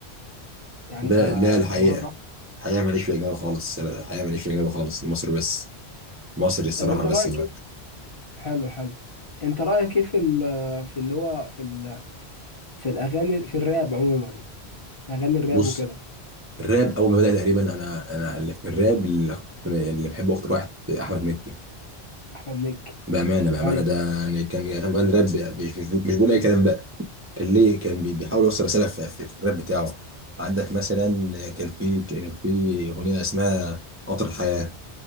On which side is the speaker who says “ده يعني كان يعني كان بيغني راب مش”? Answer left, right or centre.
Right